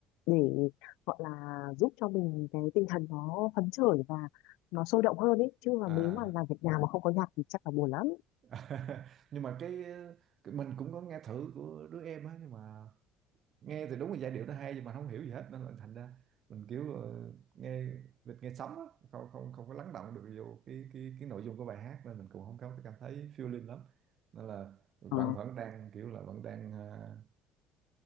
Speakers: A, on the left (about 80°); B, on the right (about 35°).
A: để gọi là giúp cho mình cái tinh thần nó phấn khởi và nó sôi động hơn ấy chứ mà
B: à
A: nếu mà làm việc nhà mà không có nhạc thì chắc là buồn lắm
B: <laughs> nhưng mà cái, cái mình cũng có nghe thử của đứa em á nhưng mà nghe thì đúng là giai điệu nó hay nhưng mà không hiểu gì hết nên là thành ra mình kiểu ờ, nghe mình nghe sóng á không không không có lắng động được vô cái cái cái nội dung của bài hát nên mình cũng không có cảm thấy feeling lắm nên là vẫn
A: Ờ,
B: vẫn đang kiểu là vẫn đang ờ,